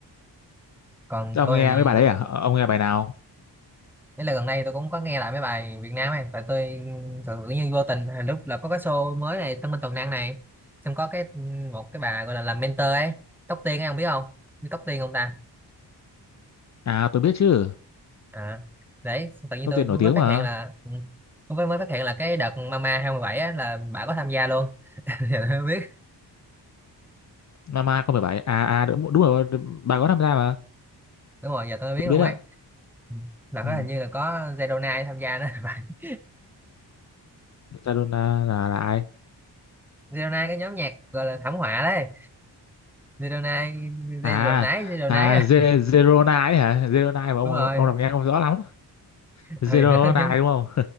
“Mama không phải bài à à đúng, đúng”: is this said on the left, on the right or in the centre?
Left